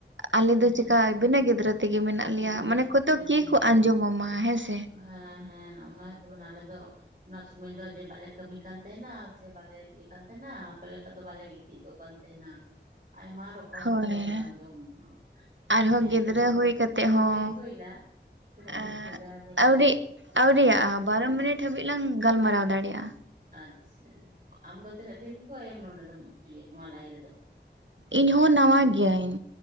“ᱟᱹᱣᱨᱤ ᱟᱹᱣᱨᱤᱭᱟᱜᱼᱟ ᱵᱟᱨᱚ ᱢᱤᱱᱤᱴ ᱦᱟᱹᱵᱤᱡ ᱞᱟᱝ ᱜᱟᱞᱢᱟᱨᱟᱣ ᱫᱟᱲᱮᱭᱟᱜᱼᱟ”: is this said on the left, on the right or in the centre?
Right